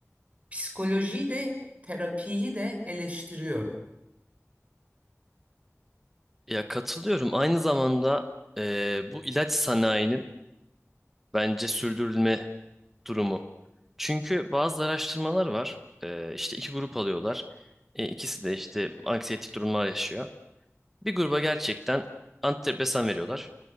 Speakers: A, on the right; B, in the centre.
A: psikolojiyi de terapiyi de eleştiriyorum.
B: Ya katılıyorum. Aynı zamanda e, bu ilaç sanayinin bence sürdürülme durumu. Çünkü bazı araştırmalar var. E, işte iki grup alıyorlar. E, ikisi de işte anksiyetik durumlar yaşıyor. Bir gruba gerçekten antidepresan veriyorlar.